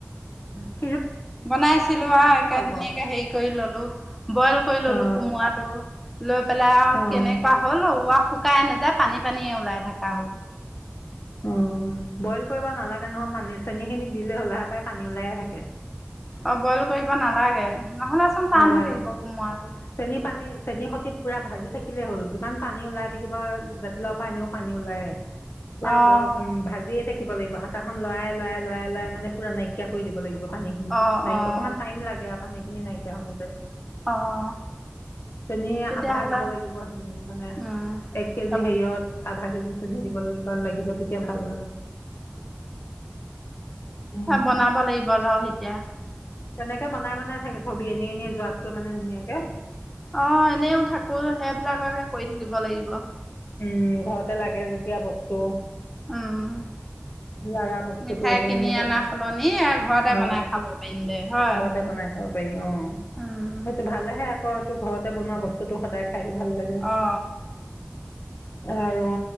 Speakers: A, on the left (about 60°); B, in the centre.
A: অ।
B: বনাই আছিলো আহ একে ধুনীয়াকে
A: পাওঁ
B: হেৰি কৰি ললো বইল কৰি ললো
A: অঁ
B: কোমোৰাটো। লৈ পেলাই আৰু
A: অঁ
B: কেনেকুৱা হ'ল শুকাই নাযায় পানী পানীয়ে ওলাই থকা হ'ল।
A: অ বইল কৰিব নালাগে নহয় মানী চেনী খিনি দিলে হ'লোহে পৰাায় পানী ওলাইে থাকে।
B: অ বইল কৰিব নালাগে। নহ'লেচোন টান
A: নালাগে
B: হৈ থাকিব কোমোৰাটো।
A: চেনী পানী চেনীৰ সতি পুৰা ভাজি থাকিলেই হ'ল যিমান পানী ওলাই থাকিব জাতিলাউ পৰা আনিও পানী ওলাই। পুৰা
B: অ',
A: ব উ ভাজিয়ে থাকি কিব লাগিব হাতাখন লৰাই লৰাই লৰাই লৰাই মানে পুৰা নাইকিয়া কৰি দিব লাগিব। পানী খিনি
B: অ',
A: নাই
B: অ',
A: অকমান টাইম লাগে পানী ন <unintelligible> তেওঁতে।
B: অ',
A: চেনি
B: তেতিয়াহ'লে
A: আধা দিব লাগিব, মানে
B: উম,
A: এক কেজি
B: অ',
A: হেৰিয়ত। আধা কেজি চেনি দিব লিব লাগিব তেতিয়া ভাল হয়। উম,
B: অ বনাব লাগিব ৰ এতিয়া।
A: কেনেকে বনাই বনাই থাকে। ছবি এনেই এনেই যোৱাতকৈ মানে ধুনীয়াকে।
B: অ এনেও থাকো সেইবিলাককে কৰি <inaudible>
A: উম ঘৰতে লাগে যেতিয়া বস্তু।
B: উম
A: লগা বস্তুতটো
B: মিঠাই
A: এনেই
B: কিনি
A: এনে প,
B: অনা সলনি ঘৰতে
A: অ
B: বনাই খাব পাৰিম দে হয়
A: ঘৰতে বনাই খাব পাৰি অ,
B: উম
A: সেইটো ভালেহে আ। তো ঘৰতে বনোৱা বস্তুতটো সদায়। খাই ভাল লাগে।
B: অ
A: আৰু